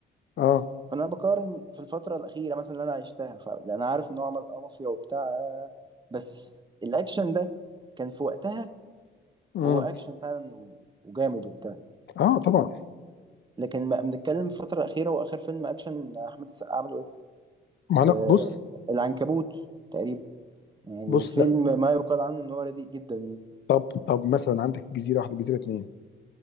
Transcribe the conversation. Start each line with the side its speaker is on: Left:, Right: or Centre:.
Left: اه
Right: فانا بقارن في الفترة الأخيرة مثلا اللي انا عشتها فانا عارف ان هو عمل اه مافيا وبتاع بس الاكشن ده كان في وقتها
Left: امم
Right: هو اكشن فعلا و- وجامد وبتاع
Left: اه طبعا
Right: لكن ما بنتكلم في الفتره الاخيره واخر فيلم اكشن احمد السقا عمله ايه
Left: ما انا
Right: آه
Left: بص
Right: العنكبوت تقريبا يعني
Left: بص
Right: فيلم
Left: لا
Right: ما يقال عنه ان هو رديء جدا يعني
Left: طب طب مثلا عندك جزيره واحده جزيره اتنين